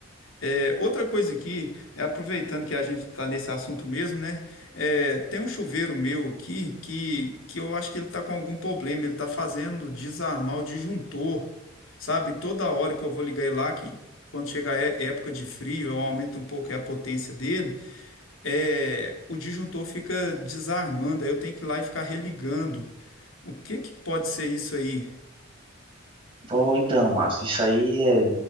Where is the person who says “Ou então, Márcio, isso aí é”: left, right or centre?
Right